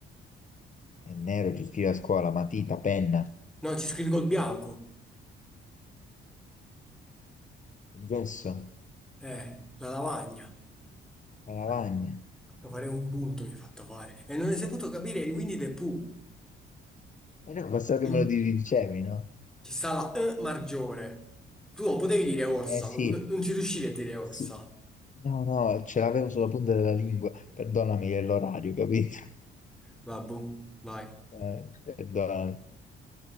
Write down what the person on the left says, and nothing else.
È nero, ci scrive a scuola, matita, penna,
il gesso,
la lavagna.
Eh no, ma so che
me lo dicevi, no?
Eh sì,
sì. No, no, ce l'avevo sulla punta della lingua. Perdonami è l'orario, capito?
Eh, perdonami.